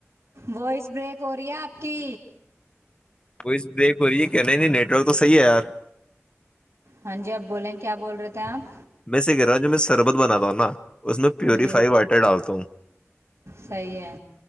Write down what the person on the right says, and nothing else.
وائس بریک ہو رہی ہے آپ کی
ہاں جی آپ بولیں کیا بول رہے تھے آپ
جی
صحیح ہے